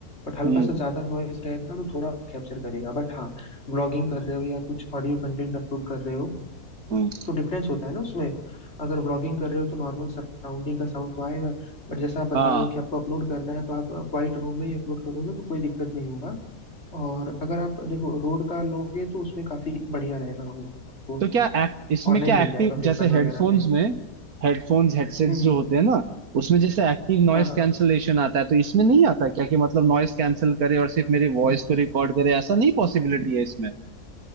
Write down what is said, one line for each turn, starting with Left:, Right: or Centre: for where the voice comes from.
Left: बट हल्का
Right: हम्म
Left: सा ज्यादा नॉइज रहेगा तो थोड़ा कैप्चर करेगा बट हाँ ब्लॉगिंग कर रहे हो या कुछ ऑडियो कंटेंट अपलोड कर रहे हो
Right: हम्म
Left: तो डिफरेंस होता है ना उसमें अगर व्लॉगिंग कर रहे हो तो नॉर्मल सराउंडिंग का साउंड तो आएगा बट जैसा आप बता
Right: हाँ
Left: रहे हो कि आपको अपलोड करना है तो आप क्वाइट रूम में ही अपलोड करोगे तो कोई दिक्कत नहीं होगा और अगर आप देखो रोड का लोगे तो उसमें काफी बढ़िया रहेगा वो आपको
Right: तो क्या act- इसमें
Left: ऑनलाइन
Right: क्या
Left: मिल
Right: एक्टिव
Left: जाएगा फ्लिपकार्ट
Right: जैसे
Left: वगैरह
Right: हेडफोन्स
Left: पे
Right: में हेडफोन्स हेडसेट्स
Left: हम्म हम्म
Right: जो होते हैं ना उसमें जैसे एक्टिव नॉइस
Left: हाँ हाँ हाँ।
Right: कैंसलेशन आता है तो इसमें नहीं आता क्या कि मतलब नॉइस कैंसिल करे और सिर्फ मेरी वॉइस को रिकॉर्ड करे ऐसा नहीं पॉसिबिलिटी है इसमें